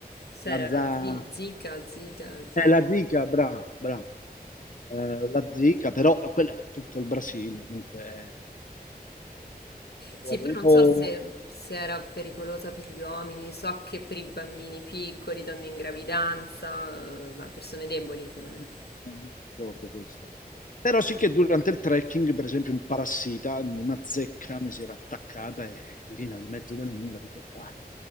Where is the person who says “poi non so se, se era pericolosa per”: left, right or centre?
Left